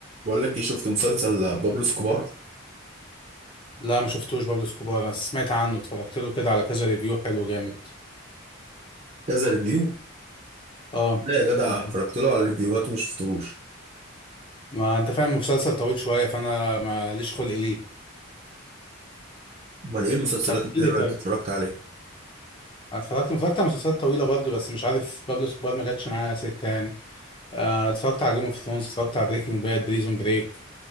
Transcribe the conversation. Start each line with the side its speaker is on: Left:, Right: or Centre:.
Right: بقول لك ايه شفت مسلسل بابلو سكوبار
Left: لا ما شفتوش بابلو اسكوبار انا سمعت عنه اتفرجت له كده على كذا ريفيو حلو جامد
Right: كذا ريفيو
Left: اه
Right: لا يا جدع
Left: اتفرج
Right: اتفرجت له على ريفيوهات وما شفتهوش
Left: ما انت فاهم مسلسل طويل شويه فانا ما ليش خلق ليه
Right: امال ايه المسلسلات
Left: طب احكي
Right: الحلوه
Left: لي طيب
Right: اللي انت اتفرجت عليها
Left: أنا اتفرجت اتفرجت على مسلسلات طويله برضه بس مش عارف بابلو اسكوبار ما جاتش معايا سكه يعني آه، اتفرجت على جيم اوف ثرونز اتفرجت على بريكنج باد بريزون بريك